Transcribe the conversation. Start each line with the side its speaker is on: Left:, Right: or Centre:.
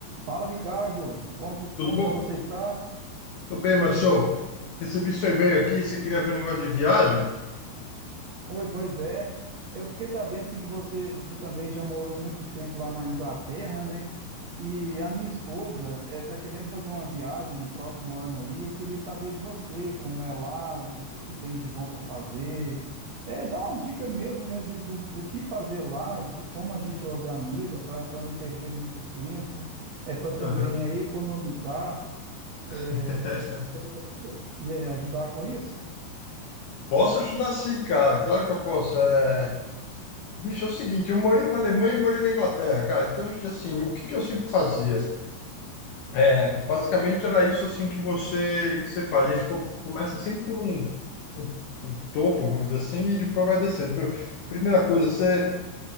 Right: Fala, Ricardo, como, como
Left: Tudo bom?
Right: que você está?
Left: Tudo bem, Marcio. Recebi seu e-mail aqui. Você queria ver um negócio de viagem?
Right: Oi, pois é. Eu fiquei sabendo assim, que você, você também já morou muito tempo lá na Inglaterra, né? E a minha esposa está querendo fazer uma viagem no próximo ano aí. Eu queria saber de você, como é lá, o que que tem de bom para fazer. É, dá umas dicas mesmo, né, do, do, do que fazer lá, de como a gente organiza para para não perder muito tempo, é para também
Left: Aham.
Right: é, economizar. É,
Left: <laughs>
Right: Você poderia me eh, ajudar com isso?
Left: Posso ajudar sim, cara. Claro que eu posso. É... Bicho, é o seguinte, eu morei na Alemanha e morei na Inglaterra, cara. Então, assim, o que que eu sempre fazia? É, basicamente era isso assim que você que você faz. A gente co- começa sempre por um, um- um topo, vamos dizer assim, e depois vai descendo. Pr- Primeira coisa, você